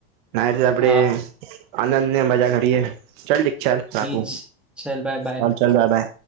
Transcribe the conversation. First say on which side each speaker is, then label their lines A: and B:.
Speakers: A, on the right (about 55°); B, in the centre.
A: ના રીતે આપડે
B: હા
A: આનંદ ને મજા કરીએ, ચાલ ઈ ચાર ચાકુ,
B: ઈજ ચલ બાય બાય
A: હાલ ચલ જતા.